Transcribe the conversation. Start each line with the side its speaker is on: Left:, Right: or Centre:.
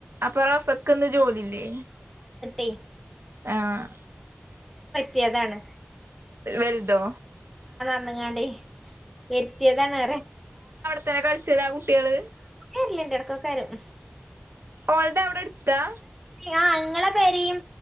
Right: അപ്പൊ റസക്കിന്ന് ജോലില്ലേ
Centre: എയ്
Right: ആഹ്
Centre: ത്യേതാണ്
Right: വല്തോ
Centre: ണ്ങ്ങാണ്ടെ വെര്ത്തിയതാണ് അറെ
Right: തെന കൾച്ച്ണാ ആ കുട്ട് കുട്ട്യേള്
Centre: എർല്ല്ണ്ട് എടക്കൊക്കെരും
Right: ഓൾത ഔടെ എട്ത്താ
Centre: ആ ഇങ്ങളെ പെരെം